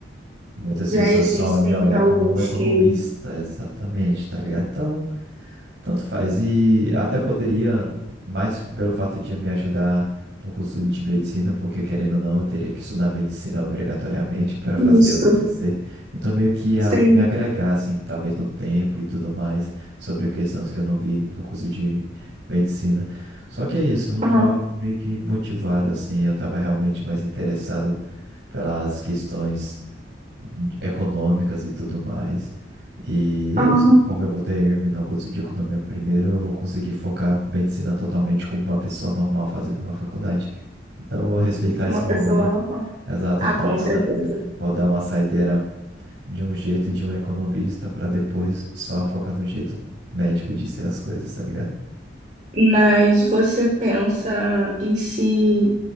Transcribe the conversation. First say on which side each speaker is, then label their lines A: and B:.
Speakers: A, on the right (about 65°); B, on the right (about 40°).
A: muitas pessoas
B: Já existem
A: só me olhar
B: alguns
A: como um economista,
B: que
A: exatamente, tá ligado? Então, tanto faz. E eu até poderia, mais pelo fato de me ajudar no curso de medicina, porque querendo ou não, eu teria que estudar medicina obrigatoriamente para fazer
B: Isso,
A: o TCC. Então, meio que ia
B: sim.
A: me agregar, assim, talvez no tempo e tudo mais, sobre questões que eu não vi no curso de medicina. Só que é isso, eu não
B: Aham,
A: estava meio que motivado, assim, eu estava realmente mais interessado pelas questões econômicas e tudo mais. E é
B: aham.
A: isso. Como eu vou terminar o curso de economia primeiro, eu vou conseguir focar medicina totalmente como uma pessoa normal fazendo uma faculdade. Então, eu vou respeitar esse
B: Uma
A: momento.
B: pessoa normal.
A: Exato.
B: Ah,
A: Então,
B: com
A: eu vou
B: certeza.
A: dar, vou dar uma saideira de um jeito de um economista para depois só focar no jeito médico de ser as coisas, tá ligado?
B: Mas você pensa em se